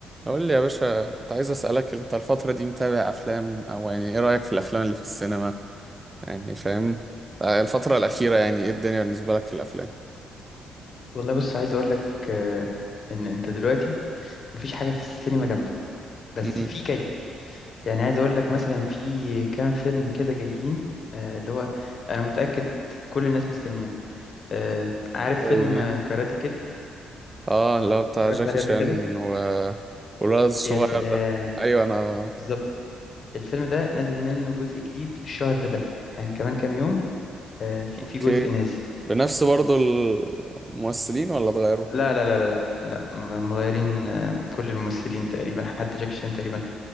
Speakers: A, on the right; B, on the left.
A: قول لي يا باشا كنت عايز أسألك انت الفترة دي متابع افلام او يعني ايه رأيك في الافلام اللي في السينما يعني فاهم آه، الفترة الأخيرة يعني ايه الدنيا بالنسبة لك في الافلام
B: والله بص عايز اقول لك آه، ان انت دلوقتي مفيش حاجه في السينما جامده بس
A: امم
B: في جاي يعني عايز اقول لك مثلا في كام فيلم كده جايين آه، اللي هو انا متاكد كل الناس مستنياه آه، عارف
A: زي
B: فيلم آه، كاراتي كيد
A: اه اللي هو بتاع
B: اتفرجت
A: جاكي
B: عليه
A: شان
B: قبل كده
A: و والولد الصغير
B: يا سلام
A: ده ايوه انا
B: بالظبط الفيلم ده نازل منه جزء جديد الشهر ده يعني كمان كام يوم آه، في
A: اوكي
B: في جزء نازل
A: بنفس برضو الممثلين ولا اتغيروا
B: لا لا لا لا لا لا م- مغيرين آه، كل الممثلين تقريبا حتى جاكي شان تقريبا